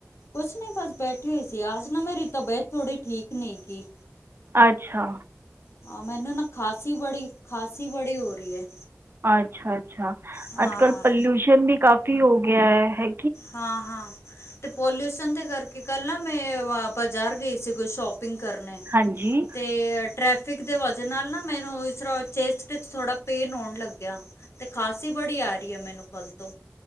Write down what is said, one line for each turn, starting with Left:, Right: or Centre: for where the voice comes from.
Left: ਕੁਛ ਨ ਬਸ ਬੈਠੀ ਹੋਈ ਸੀ। ਆਜ ਨਾ ਮੇਰੀ ਤਬੀਅਤ ਥੋੜ੍ਹੀ ਠੀਕ ਨਹੀਂ ਕੀ।
Right: ਅੱਛਾ।
Left: ਹਾਂ ਮੈਨੂੰ ਨਾ ਖਾਸੀ ਬੜੀ ਖਾਸੀ ਬੜੀ ਹੋ ਰਹੀ ਹੈ।
Right: ਅੱਛਾ-ਅੱਛਾ
Left: ਹਾਂ
Right: ਅੱਜ-ਕੱਲ੍ਹ, ਪਲਊਸ਼ਨ ਵੀ ਕਾਫੀ ਹੋ ਗਿਆ ਹੈ।
Left: ਹਾਂ-ਹਾਂ। ਤੇ ਪੋਲਿਊਸ਼ਨ ਦੇ ਕਰਕੇ ਕੱਲ ਨਾ ਮੈਂ ਬਾਜ਼ਾਰ ਗਈ ਸੀ ਕੋਈ ਸ਼ੋਪਿੰਗ ਕਰਨੇ
Right: ਹਾਂਜੀ।
Left: ਤੇ ਟ੍ਰੈਫਿਕ ਦੇ ਵਜਾ ਨਾਲ ਨਾ ਮੈਨੂੰ ਇਸ ਰਾ ਚੇਸਟ ਇਚ ਥੋੜਾ ਪੇਨ ਹੋਣ ਲੱਗਿਆ ਤੇ ਖਾਸੀ ਬੜੀ ਆ ਰਹੀ ਹੈ ਮੈਨੂੰ ਕਲ ਤੋਂ।